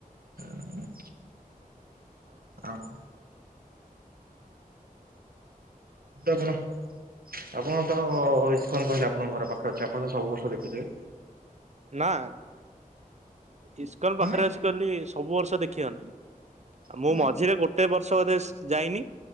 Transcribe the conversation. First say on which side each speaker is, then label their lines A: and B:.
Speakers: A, on the right; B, on the right.
A: ହ ଆଉ। କଣ ଆପଣ ତ ଇସ୍କନ କହିଲେ ଆପଣଙ୍କ ଘର ପାଖରେ ଅଛି ଆପଣ ତ ସବୁ ବର୍ଷ ଦେଖିଥିବେ।
B: ନା ଇସ୍କନ
A: ତମେ
B: ପାଖରେ ଆସି କିଲ। ସବୁ ବର୍ଷ ଦେଖିବନି ଆଉ ମୁଁ
A: ତମେ
B: ମଝିରେ ଗୋଟେ ବର୍ଷ ବୋଧେ ଯାଇନି